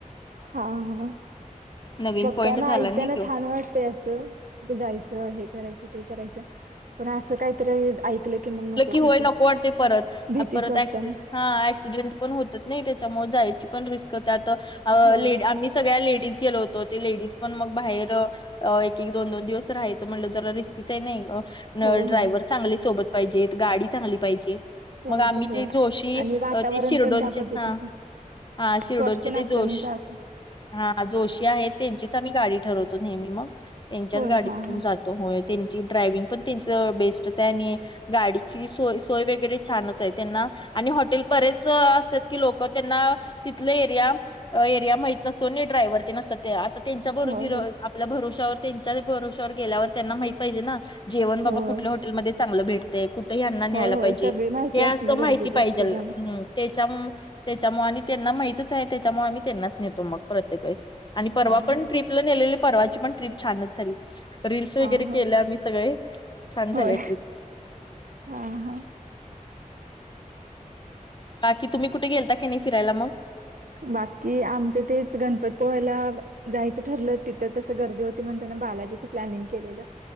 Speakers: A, on the right; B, on the left.
A: हा हा
B: नवीन
A: बघताना
B: पॉईंट झाला
A: ऐकताना
B: नाही तो
A: छान वाट ते असं नु कुठ जायचं हे करायचं ते करायचं पण असं कायतर ऐकलं की मग नकोच
B: होय
A: होतय
B: नको वाटते परत.
A: भीतीच
B: अ, परत
A: वाटत
B: ऍक्सि
A: मग
B: हा ऍक्सिडेंट पण होतात नय त्याच्यामुळे जायची पण रिस्क त्यात हो
A: होय
B: लेडी आम्ही सगळ्या लेडीज गेलो होत त ते लेडीज पण मग बाहेर अ एक एक दोन दोन दिवस राहायचं म्हणलं जरा रिस्कीच हाय नय अ ल
A: होय होय
B: ड्रायवर चांगले सोबत पाहिजेत गाडी चांगली पाहिजे.
A: पाहिजे
B: मग आम्ही
A: होय
B: ते जोशी
A: आणि वातावरण
B: अ ते शिरडोनचे
A: पण त्या पद्धतीचं
B: हा हा शिर्डोंचे
A: स्पॉट्स पण
B: ते
A: आपल्या
B: जोश
A: जात
B: हा जोशी आहेत त्यांचीच आम्ही गाडी ठरवतो नेहमी मग त्यांच्याच
A: होय
B: गाडीतून
A: हा हा
B: जातो होय त्यांची ड्रायव्हिंग पण त्यांच बेस्टच हाय आणि गाडीची सोय सोय वगैरे छानच आहे त्यांना आणि हॉटेल परेच असतेत कि लोक त्यांना तिथला एरिया एरिया माहीत नसतो नी ड्रायव्हर ते नसतात ते आता त्यांच्या बरो
A: होय
B: जिरो
A: होय
B: आपल्या भरोश्यावर त्यांच्या भरोश्यावर गेल्यावर त्यांना माहित पाहिजे ना जेवण बाबा
A: होय
B: कुठल्या हॉ हॉटेल मध्ये चांगलं भेटतय कुठे यांना न्यायला
A: होय होय
B: पाहिजे
A: सगळी माहिती
B: हे असं
A: असणं गरजेचं
B: माहिती पाहिजेल
A: असते त्यांना
B: त्याच्या मु त्याच्यामुळ आणि त्यांना माहितच आहे त्याच्यामुळ आम्ही त्यांनाच नेतो मग प्रत्येक वेळेस आणि परवा
A: हा
B: पण
A: हा
B: ट्रिपला नेलेली परवाची पण ट्रीप छानच झाली. रील्स वगैरे
A: हा हा
B: केल्या आम्ही सगळे छान झालेत.
A: होय हा हा
B: बाकी तुम्ही कुठे गेलता का नाय फिरायला मग
A: बाकी आमच तेच गणपत पुळेला जायचं ठरलं तिथं तसं गर्दी होती म्हणून त्याने बालाजीचं प्लॅनिंग केलेलं